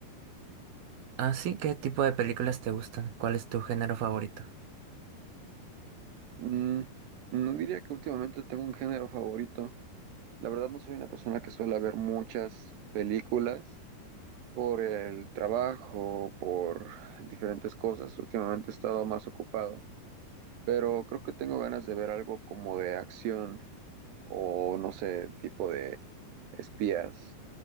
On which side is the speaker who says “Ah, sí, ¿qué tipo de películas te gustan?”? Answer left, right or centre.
Right